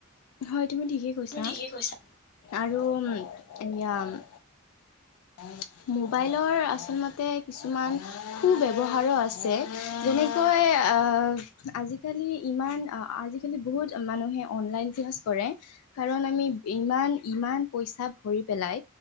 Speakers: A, on the left (about 90°); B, on the left (about 45°).
A: হয় তুমি ঠিকেই কৈছা
B: তুমি ঠিকেই কৈছা।
A: আৰু এয়া অ <unintelligible> মোবাইলৰ আচলতে কিছুমান সু ব্যৱহাৰো আছে যেনে বই আ আজিকালি ইমান আজিকালি বহুত মানুহে অনলাইন জেৰেক্স কৰে কাৰণ আমি ইমান ইমান পইচা ভৰি পেলাই